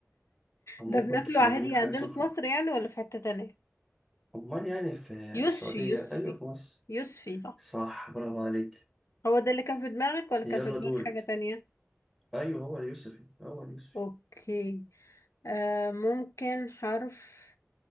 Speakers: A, in the centre; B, on the left.
A: أو ممكن
B: ده بناكله
A: تشربيه
B: عادي
A: حاجة
B: عندنا
A: سخنة
B: في مصر يعني ولا في حتة تانية
A: أمال يعني في
B: يوسفي
A: السعودية
B: يوسفي
A: أيوة في مصر
B: يوسفي صح
A: صح برافو عليك
B: هو ده اللي كان في دماغك ولا
A: يلا
B: كان في دماغك
A: دورك
B: حاجة تانية
A: أيوة هو اليوسفي هو اليوسفي
B: اوكي آه ممكن حرف